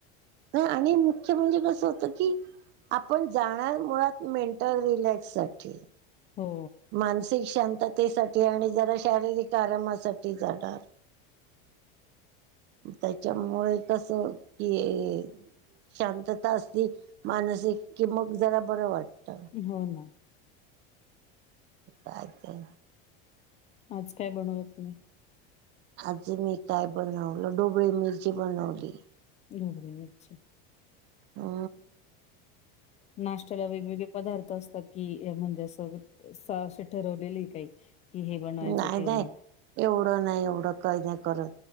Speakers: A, on the right; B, on the left.
A: हं आणि मुख्य म्हणजे कसं होतं की आपण जाणार मुळात मेंटल रिलॅक्स साठी
B: हो.
A: मानसिक शांततेसाठी आणि जरा शारीरिक आरामासाठी जाणार. त्याच्यामुळे तसं हे-हे'' शांतता असली मानसिक कि मग जरा बरं वाटत.
B: हो ना.
A: काय ते?
B: आज काय बनवलंत तुम्ही?
A: आज मी काय बनवलं, डोबळी मिरची बनवली.
B: ढोबळी मिरची.
A: हा.
B: नाष्टाला वेगवेगळे पदार्थ असतात कि म्हणजे असं- असे ठरवलेले काही? कि हे बनवायचं
A: नाही
B: ते
A: -नाही
B: बनव
A: एवढं नाही, एवढं काही नाही करत.